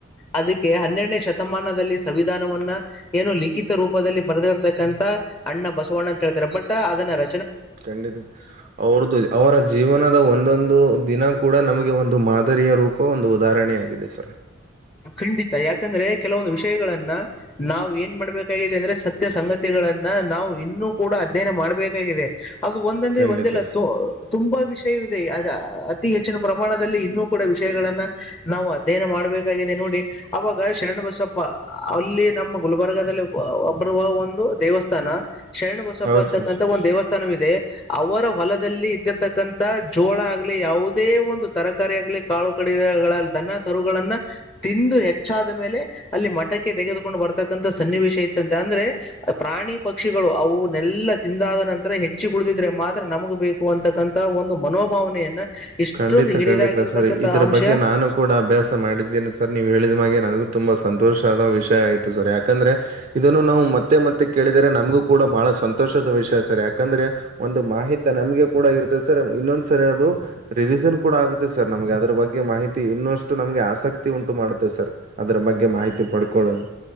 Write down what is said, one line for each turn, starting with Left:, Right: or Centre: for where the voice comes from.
Left: ಅದಕ್ಕೆ ಹನ್ನೆರಡನೇ ಶತಮಾನದ ಸಂವಿಧಾನವನ್ನ ಏನು ಲಿಖಿತ ರೂಪದಲ್ಲಿ ಬರೆದಿರ್ತಕ್ಕಂತ ಅಣ್ಣ ಬಸವಣ್ಣ ಅಂತ ಹೇಳ್ತಾರೆ ಬಟ್ ಅದನ್ನೆರ
Right: ಖಂಡಿತ ಅವ್ರ್ದು ಅವರ ಜೀವನದ ಒಂದೊಂದು ದಿನ ಕೂಡ ನಮಗೆ ಒಂದು ಮಾತ ಮಾರಿಯ ರೂಪ ಒಂದು ಉದಾಹರಣೆೆಯಾಗಿದೆ ಸರ್
Left: ಖಂಡಿತ ಯಾಕಂದ್ರೆ ಕೆಲವೊಂದು ವಿಷಯಗಳನ್ನ ನಾವು ಏನ್ ಮಾಡ್ಬೇಕಾಗಿದೆ ಅಂದ್ರೆ ಸತ್ಯ ಸಂಗತಿಗಳನ್ನ ನಾವು ಇನ್ನುೂ ಕೂಡ ಅಧ್ಯಯನ ಮಾಡ್ಬೇಕಾಗಿದೆ ಅದು ಒಂದಂದ್ರೆ
Right: ಖಂಡಿತ
Left: ಒಂದೆಲ್ಲ
Right: ಸರ್
Left: ತುಂಬಾ ವಿಷ ವಿಷಯವಿದೆ ಅ ಅತಿ ಹೆಚ್ಚಿನ ಪ್ರಮಾಣದಲ್ಲಿ ಇನ್ನೂ ಕೂಡ ವಿಷಯಗಳನ್ನ ನಾವು ಅಧ್ಯಯನ ಮಾಡ್ಬೇಕು ನೋಡಿ ಅವಾಗ ಶರಣಬಸಪ್ಪ ಅಲ್ಲಿ ನಮ್ಮ ಗುಲ್ಬರ್ಗದಲ್ಲಿ ಬರುವ ಒಂದು ದೇವಸ್ಥಾನ ಸ್ಾನ ಶರಣಬಸಪ್ಪ
Right: ಹೌದು
Left: ಅಂತಕ್ಕಂಂತ
Right: ಸರ್
Left: ಒಂದ ದೇವಸ್ಥಾನವಿದೆ ಅವರ ಹೊಲದಲ್ಲಿ ಇದ್ದಿರತಕ್ಕಂಥ ಜೋಳ ಆಗ್ಲಿ ಯಾವುದೇ ಒಂದು ತರಕಾರಿ ಆಗ್ಲಿ ಕಾಳು ಕಡೆಗಳಲ್ಲಿ ದನ ಕರುಗಳನ್ನ ತಿಂದು ಹೆಚ್ಚಾದ ಮೇಲೆ ಅಲ್ಲಿ ಮಠಕ್ಕೆ ತೆಗೆದುಕೊಂಡು ಬರ್ತ ತಕ್ಕಂತಥ ಸನ್ನಿವೇಶ ಇತ್ತಂತೆ ಅಂದ್ರೆ ಪ್ರಾಣಿ ಪಕ್ಷಿಗಳು ಅವುನ್ನೆಲ್ಲ ತಿಂದಾದ ನಂತರ ಹೆಚ್ಚು ಕೂಡ ಉಳಿದಿದ್ರೆ ಮಾತ್ರ ನಮಗ್ ಬೇಕು ಅಂತಕ್ಕಂತ ಒಂದು ಮನೋಭಾವನೆಯನ್ನ ಇಷ್ಟೊಂದು
Right: ಖಂಡಿತ
Left: ಹಿರಿದಾಗಿರ್ತಕ್ಕಂತ
Right: ಖಂಡಿತ ಸರಿ ಇದ್ರ
Left: ಅಂಶ
Right: ಬಗ್ಗೆ ನಾನು ಕೂಡ ಅಭ್ಯಾಸ ಮಾಡಿದ್ದೀನೆ ಸ ಸರ್ ನೀ್ ಹೇಳಿದ ಮೆ ನನಗು ತುಂಬಾ ಸಂತೋಷ ಆದ ವಿಷಯ ಆಯತು ಸರ್ ಯಾಕಂದ್ರೆ ಇದನ್ನು ನಾವು ಮತ್ತೆ ಮತ್ತೆ ಕಿದರೆ ನಮಗೂ ಕೂಡ ಬಹಳ ಸಂತೋಷದ ವಿಷಯ ಸರ್ ಯಾಕಂದ್ರೆ ಒಂದು ಮಾಹಿತಿ ನಮ್ಗೆ ಕೂಡ ಇರುತ್ತದೆ ಸರ್ ಇನ್ನೊಂದ್ ಸರಿ ಅದು ರಿವಿಸನ್ ಕೂಡ ಆಗುತ್ತೆ ಸರ್ ನಮ್ಗೆ ಅದ್ರ ಬಗ್ಗೆ ಮಾಹಿತಿ ಇನ್ನೂಷ್ಟು ನಮ್ಗೆ ಆಸಕ್ತಿ ಉಂಟು ಮಾಡುತ್ತೆ ಸರ್ ಅದರ ಬಗ್ಗೆ ಮಾಹಿತಿ ಪಡ್ಕೊಳ್ಳದು